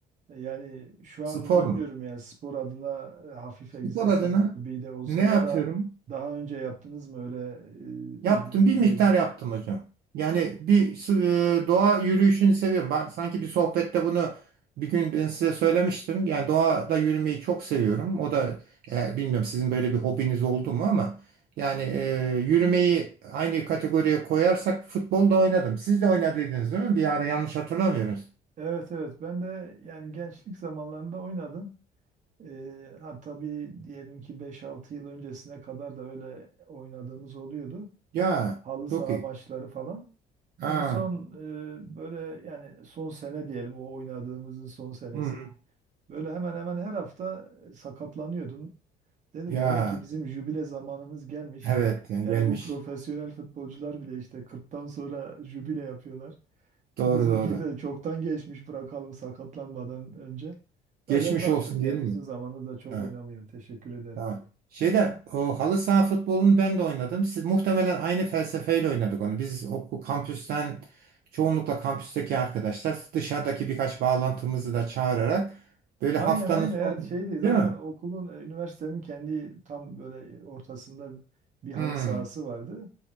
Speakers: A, on the right; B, on the right.
A: Yani şu
B: Spor
A: an bilmiyorum
B: mu?
A: yani spor adına e, hafif egzersiz
B: Spor adına
A: gibi de olsa
B: ne yapıyorum?
A: ya da daha önce yaptınız mı öyle
B: Yaptım
A: e, uzun
B: bir
A: süre?
B: miktar yaptım hocam. Yani bir s- e, doğa yürüyüşünü seviyorum. Ben sanki bir sohbette bunu bir gün ben size söylemiştim. Yani doğada yürümeyi çok seviyorum. O da e, bilmiyorum sizin böyle bir hobiniz oldu mu ama yani e, yürümeyi aynı kategoriye koyarsak futbolda oynadım. Siz de oynadıydınız değil mi? Bir ara yanlış hatırlamıyoruz.
A: Evet evet ben de yani gençlik zamanlarında oynadım. E, ha, tabii diyelim ki beş altı yıl öncesine kadar da öyle oynadığımız oluyordu.
B: Ya
A: Halı saha
B: çok iyi.
A: maçları falan.
B: Ha.
A: En son e, böyle yani son sene diyelim o oynadığımızın son senesi.
B: Hı.
A: Böyle hemen hemen her hafta e, sakatlanıyordum. Dedim
B: Ya
A: demek ki bizim jübile zamanımız gelmiş.
B: evet yani
A: Yani
B: gelmiş.
A: bu profesyonel futbolcular bile işte 40'tan sonra jübile yapıyorlar.
B: Doğru
A: Bizimki
B: doğru.
A: de çoktan geçmiş bırakalım sakatlanmadan önce.
B: Geçmiş
A: Öyle bıraktık
B: olsun diyelim
A: yani uzun
B: mi?
A: zamandır da çok
B: Ha.
A: oynamıyorum. Teşekkür ederim
B: Tamam.
A: hocam.
B: Şeyde o halı saha futbolunu ben de oynadım. Siz muhtemelen aynı felsefeyle oynadık onu. Biz okul kampüsten çoğunlukla kampüsteki arkadaşlar dışarıdaki birkaç bağlantımızı da çağırarak böyle
A: Aynen
B: haftanın
A: aynen
B: sonu
A: evet şeydi zaten
B: değil mi?
A: okulun e, üniversitenin kendi tam böyle e, ortasında bir halı
B: Hmm,
A: sahası vardı.